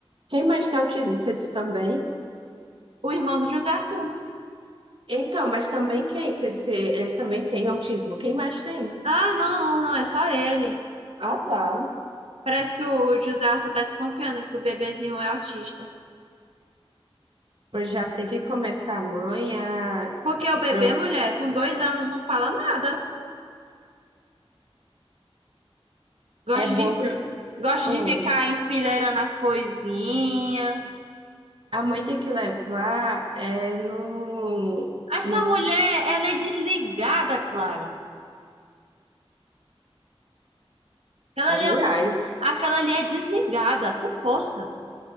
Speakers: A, on the right; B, on the right.
A: Quem mais tem autismo? Você disse também?
B: O irmão do José Arthur.
A: Então, mas também quem? Você disse, ele também tem autismo. Quem mais tem?
B: Ah, não, não, não, é só ele.
A: Ah, tá.
B: Parece que o José Arthur tá desconfiando que o bebezinho é autista.
A: Pois já tem que começar a mãe a...
B: Porque o bebê,
A: pro-
B: mulher, com dois anos não fala nada. Gosta
A: É bom
B: de,
A: pro...
B: gosta
A: Hum,
B: de ficar enfileirando as coisinhas.
A: A mãe tem que levar é, no...
B: Essa
A: no...
B: mulher, ela é desligada, Clara. Aquela
A: Ai,
B: ali é,
A: ai.
B: aquela ali é desligada, com força.